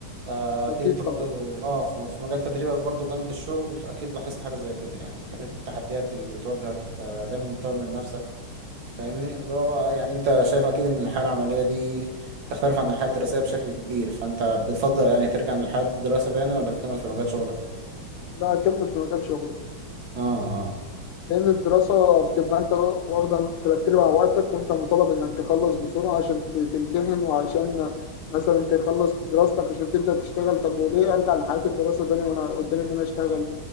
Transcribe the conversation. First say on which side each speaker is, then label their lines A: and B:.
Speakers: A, on the right; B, on the left.
A: آه
B: اكيد
A: أكيد أنت برضو
B: طبعا
A: آه في في مجال تدريبك برضو جنب الشغل أكيد لاحظت حاجة زي كده يعني حتة التحديات اللي بتواجهك آه دايما بتطور من نفسك فاهمني اللي هو بقى يعني انت شايف اكيد ان الحياه العمليه دي تختلف عن الحياه الدراسيه بشكل كبير فانت بتفضل يعني ترجع للحياه الدراسه تاني ولا تكمل في مجال شغلك
B: لا أكمل في مجال شغلي
A: اه اه
B: لأن الدراسة بتبقى أنت واخدة ترتب على وقتك وأنت مطالب إنك تخلص بسرعة عشان ت- تمتحن وعشان مثلا تخلص دراستك عشان تبدأ تشتغل طب وليه أرجع لحياة الدراسة تاني وأنا قدامي إن أنا أشتغل